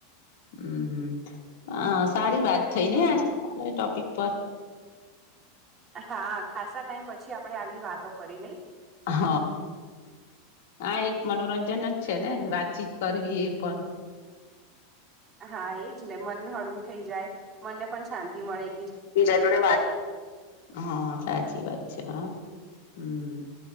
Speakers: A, on the left; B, on the right.
A: હમ અ સારી વાત થઈ
B: હમ
A: ને આજ આપ ટોપિક પર.
B: હા ખાસા ટાઈમ પછી આપડે આવી વાતો કરી નઈ.
A: હ આ એક મનોરંજન જ છે ને વાતચીત કરવી એ પણ.
B: હા એજ ને મન હળવું થઈ જાય મનને પણ શાંતિ મળે.
A: બીજા જોડે વાત હા સાચી વાત છે હા હમ.